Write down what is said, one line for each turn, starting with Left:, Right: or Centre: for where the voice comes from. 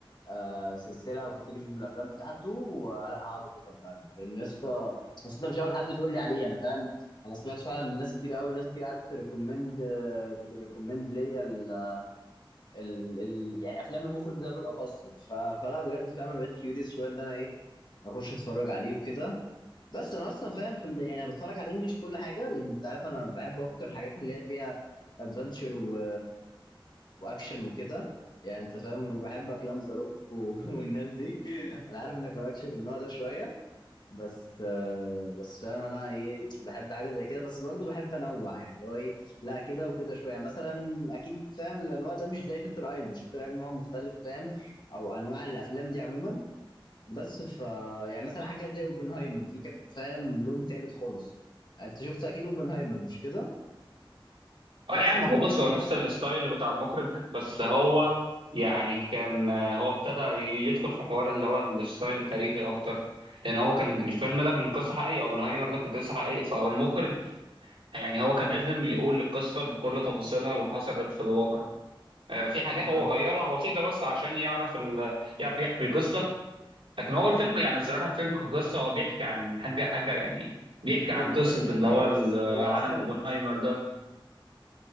Left: آه سلسله او كاتيجوريز من الافلام بتاعته ولا هقعد اشوفها فعلا لان يا اسطى بس انت مش اول حد تقول لي عليه انا فاهم انا سمعت فعلا من ناس كتير قوي ناس كتير قعدت تريكومند تريكومند ليا ال ال ال يعني افلام المخرج ده بالاخص ف... فلا بجد فاهم انا بقيت كيوريوس شويه ان انا ايه اخش اتفرج عليه وكده بس انا اصلا فاهم في ال- يعني انا بتفرج على الانجليش كل حاجه لان انت عارف انا بحب اكتر الحاجات اللي هي فيها ادفنتشر و... واكشن وكده يعني انت فاهم وبحب افلام ذا روك و... <laughs> والناس دي انا عارف انك مالكش في النوع ده شويه بس آه، بس فاهم انا ايه بحب حاجه زي كده بس برضو بحب انوع يعني اللي هو ايه لا كده وكده شويه مثلا اكيد فاهم الانواع ده مش زي شاتر ايلاند شاتر ايلاند نوع مختلف فاهم او انواع الافلام دي عموما بس ف يعني مثلا حاجه زي اوبنهايمر دي كانت فاهم لون تالت خالص انت شفت اكيد اوبنهايمر مش كده بس
Right: اه يا عم
Left: فكان
Right: هو بص هو نفس الستايل بتاع المخرج بس هو يعني كان هو ابتدى يدخل في حوار اللي هو الستايل التاريخي اكتر لان هو كان الفيلم ده كان قصه حقيقيه اوبنهايمر ده كان قصه حقيقيه فهو المخرج يعني هو كان لازم يقول القصه بكل تفاصيلها اللي حصلت في الواقع آه، في حاجات
Left: آه.
Right: هو غيرها بسيطه بس عشان يعرف ال... يعرف يحكي القصه لكن هو الفيلم يعني الصراحه الفيلم كقصه هو بيحكي عن حاجه حاجه يعني بيحكي
Left: هو
Right: عن
Left: مجرد
Right: قصه
Left: حكي
Right: اللي هو
Left: بس
Right: ال-
Left: هو
Right: عالم
Left: سرد
Right: اوبنهايمر ده